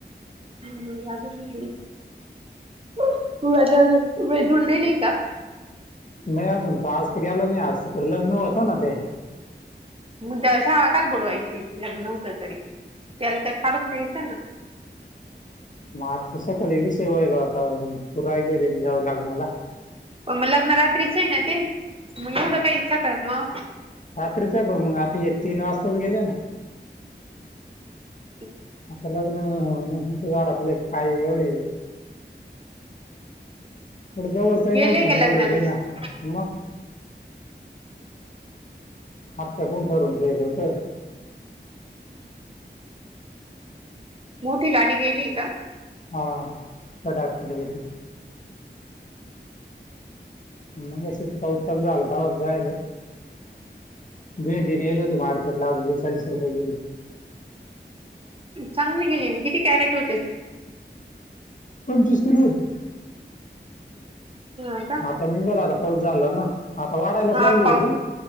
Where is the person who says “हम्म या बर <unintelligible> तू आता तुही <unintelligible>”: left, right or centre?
Right